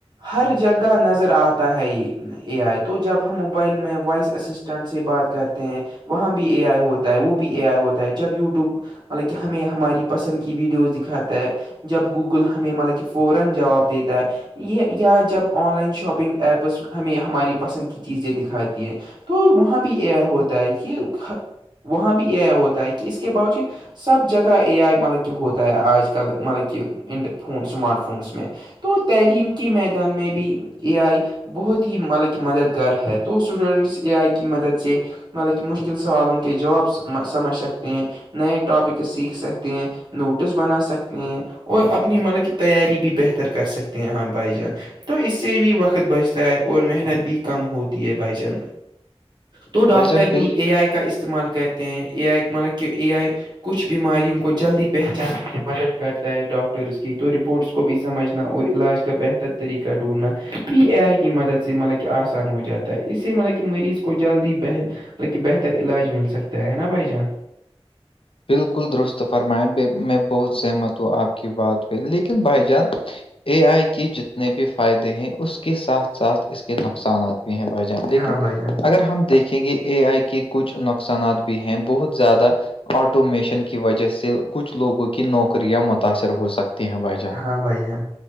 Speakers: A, on the right (about 45°); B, on the left (about 60°).
A: ہر جگہ نظر آتا ہے یہ اے آئی تو جب ہم موبائل میں وائس اسسٹنٹ سے بات کرتے ہیں وہاں بھی اے آئی ہوتا ہے وہ بھی اے آئی ہوتا ہے جب یوٹیوب مطلب کہ ہمیں ہماری پسند کی ویڈیوز دکھاتا ہے جب گوگل ہمیں ملک فورا جواب دیتا ہے یہ یا جب آن لائن شاپنگ ایپس ہمیں ہماری پسند کی چیزیں دکھاتی ہے تو وہاں بھی یہ ہوتا ہے کہ وہاں بھی اے آئی ہوتا ہے کہ اس کے باوجود سب جگہ اے آئی مطلب کہ ہوتا ہے آج آ کل مطلب کہ انٹ فون سماٹ فونز میں تو تعلیم کے میدان میں بھی یہ آئی بہت ہی مطلب کہ مددگار ہے تو اسٹوڈنٹس اے آئی کی مدد سے مطلب کہ مشکل سوال ان کے جواب سمجھ سکتے ہیں نئے ٹاپک سیکھ سکتے ہیں نوٹس بنا سکتے اور اپنی مطلب کہ تیاری بھی بہتر کر سکتے ہیں ہاں بھائی جان تو اس سے بھی وقت بچتا ہے اور محنت بھی کم ہوتی ہے بھائی جان تو ڈاکٹر
B: بھائی جان
A: بی
B: بل
A: اے آئی کا اس استعمال کرتے ہیں اے آئی مطلب کہ اے آئی کچھ بیماریوں کو جلدی پہچاننے کی مدد کرتا ہے ڈاکٹرس کی تو رپورٹس کو بھی سمجھنا اور علاج کا بہتر طریقہ ڈھونڈھنا پی اے آئی کی مدد سے مطلب کہ آسان ہو جاتا ہے اس سے مطلب کہ مریض کو جلدی بہر بلکہ بہتر علاج مل سکتا ہے نا بھائی جان
B: بالکل درست فرمائےیں ب میں بہت سہمت ہوں آپ کی کی بات ہوئی لیکن بھائی جان اے آئی کے جتنے بھی فائدے ہیں اس کے ساتھ ساتھ اس کے نقصانات بھی ہیں ب لیکن
A: ہاں بھائی جان
B: اگر ہم دیکھیں گے اے آئی کے کچھ نقصانات بھی ہیں بہت زیادہ آٹومیشن کی وجہ سے کچھ لوگوں کی نوکریاں متاثر ہو سکتی ہیں بائی چانس
A: ہاں بھائی جان